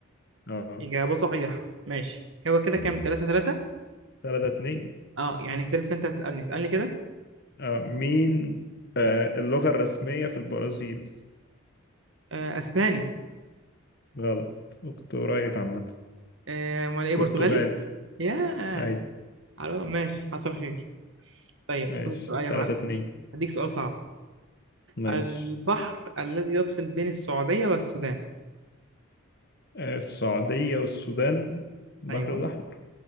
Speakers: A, on the left; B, on the right.
A: اه
B: اجابة صحيحة ماشي هو كده كام تلاتة تلاتة
A: تلاتة اتنين
B: اه يعني كده لسه انت هتسألني اسألني كده
A: اه مين آه اللغة الرسمية في البرازيل
B: آه اسباني
A: غلط كنت قريب عامة
B: آه، امال ايه برتغالي
A: برتغالي
B: ياه
A: أي
B: حلو ماشي حصل خير طيب
A: ماشي
B: خد السؤال يا
A: تلاتة
B: معلم
A: اتنين
B: ايه هديك سؤال صعب
A: ماشي
B: البحر الذي يفصل بين السعودية والسودان
A: آه السعودية والسودان البحر
B: ايوه
A: الأحمر